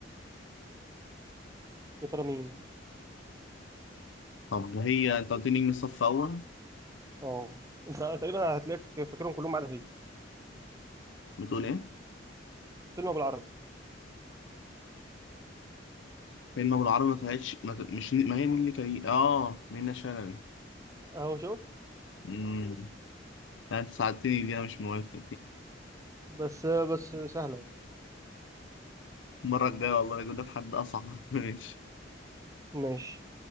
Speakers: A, on the right (about 20°); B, on the left (about 75°).
A: يا ترى مين؟
B: طب هي أنت قلت لي نجم الصف أول
A: اه انت تقريبا هتلاقيك فاكرهم كلهم ما عدا هي
B: بتقول إيه؟
A: فيلم بالعربي
B: فيلم أبو العربي ما طلعتش ما... ط- مش ما هي نيللي كريم آه منة شلبي
A: اهو شفت
B: امم لا أنت ساعدتني دي أنا مش موافق
A: بس بس سهله يعني.
B: المرة الجاية والله أجيب لك حد أصعب <laughs> ماشي
A: ماشي